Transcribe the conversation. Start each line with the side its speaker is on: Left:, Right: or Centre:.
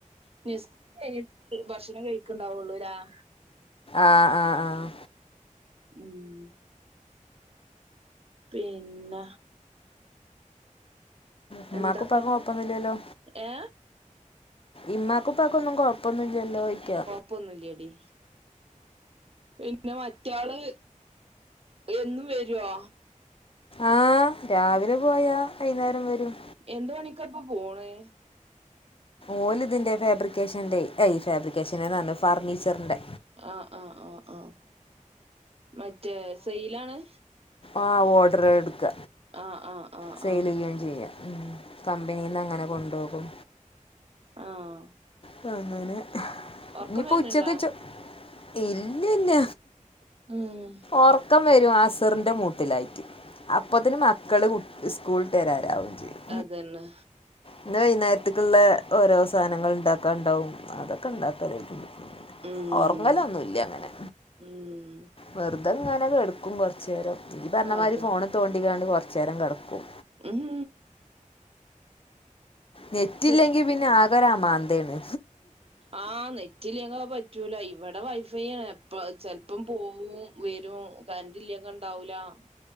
Right: <unintelligible> ഭക്ഷണം കഴിക്കണ്ടാവു അല്ലേയ് ആഹ്
Left: ആഹ് ആഹ് ആഹ്
Right: ഉം പിന്ന
Left: മ്മാക്കു
Right: എന്താപ്പ
Left: പ്പാക്കും കൊഴ്പ്പൊന്നില്ലല്ലോ
Right: ഏ
Left: ഇമ്മാ ക്കുപ്പാക്കൊന്നും കൊഴപ്പൊന്നില്ലല്ലോയിക്കാ
Right: പ്പൊന്നുല്ല്യടി പിന്നെ മറ്റാള് എന്നും വരുവോ
Left: ആഹ് രാവിലെ പോയാ വൈയ്യുന്നേ രം വരും
Right: എന്ത് പണിക്കാപ്പൊ പോണേ
Left: ഓല്തിന്റെ ഫാബ്രിക്കേഷന്റെ എയ് ഫാബ്രിക്കേഷന് ന്നാ പറ് ഞ്ഞെ ഫർണിച്ചറ്ന്റെ
Right: ആഹ് ആഹ് ഓഹ് ഓഹ് മറ്റേ സയിലാണ്
Left: ആഹ് ഓഡറ് എട്ക്ക
Right: ആഹ് ആഹ് ആഹ്
Left: സെയില്കയും
Right: ആഹ്
Left: ചെയ്യാ, ഉം കമ്പനീന്ന് അങ്ങനെ കൊണ്ടോകും
Right: ആഹ് ആഹ്
Left: ഹ് അങ്ങനെ
Right: ഒറക്കം
Left: ഇഞ്പ്പൊ
Right: വരണുണ്ടാ
Left: ഉച്ചക്ക് ചോ - ഇല്ലന്ന
Right: ഉം
Left: ഒർക്കം വരും അസറ്ന്റെ മൂട്ടിലായിട്ട് അപ്പോത്തിന് മക്കള് സ്കൂള്ട്ടെരാനാവും ചെയ്യും.
Right: അതന്നെ
Left: ന്ന് വൈന്നേര്ത്ത്ക്ക്‌ള്ളെ ഓരോ സാനങ്ങൾ ണ്ടാക്കാണ്ടാവും അതൊക്കെ ണ്ടാക്കലേര്ക്കും
Right: ഉം
Left: ഒർങ്ങലൊന്നുല്ലങ്ങനെ
Right: ഉം
Left: വെറ്തെങ്ങനെ കെട്ക്കും കൊറച്ചേരം ഇജ് പറ്ഞ്ഞമാതിരി
Right: അതെ
Left: ഫോണ് തോണ്ടിക്കാണ്ട് കൊർച്ചേരം കെടക്കും
Right: ഉ ഹു
Left: നെറ്റില്ലെങ്കി
Right: പി
Left: പിന്നെ ആകൊരമാന്തേണ്
Right: ആഹ് നെറ്റില്ലേങ്കൊക്കെ പറ്റ് റ്റൂല ഇവടെ വൈഫൈ ആണ് എപ്പ ചെല് പ്പം പോവും വരും. ഉം കര്ന്റില്ലെങ്കണ്ടാവൂല. ഉം